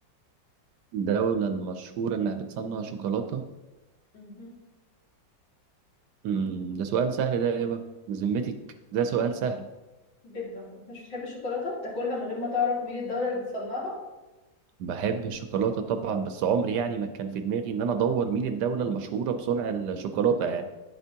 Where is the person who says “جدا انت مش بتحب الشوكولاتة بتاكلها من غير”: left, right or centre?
Left